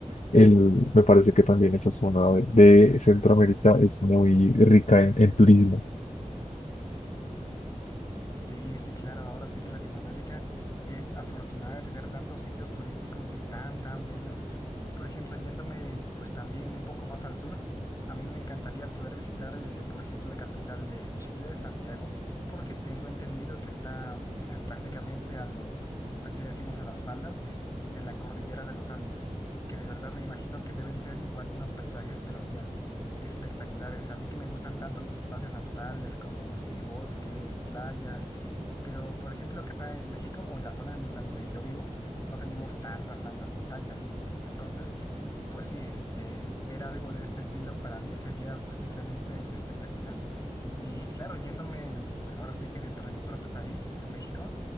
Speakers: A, on the left (about 65°); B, on the left (about 25°).
A: El, me parece que también esa zona de, de Centroamérica es muy rica en, en turismo.
B: Sí, sí, claro, ahora sí que Latinoamérica es afortunada de tener tantos sitios turísticos y tan, tan bellos. Por ejemplo, yéndome pues también un poco más al sur, a mí me encantaría poder visitar, eh, por ejemplo, la capital de Chile, Santiago, porque tengo entendido que está eh, prácticamente a los, aquí le decimos a las faldas de la cordillera de los Andes, que de verdad me imagino que deben ser igual unos paisajes, pero mira, espectaculares. A mí que me gustan tanto los espacios naturales como, sí, bosques, playas. Pero, por ejemplo, acá en México o en la zona en la donde yo vivo, no tenemos tantas, tantas montañas. Entonces, pues sí, es, eh, ver algo de este estilo para mí sería pues, simplemente espectacular. Y claro, yéndome ahora sí que dentro de mi propio país, en México,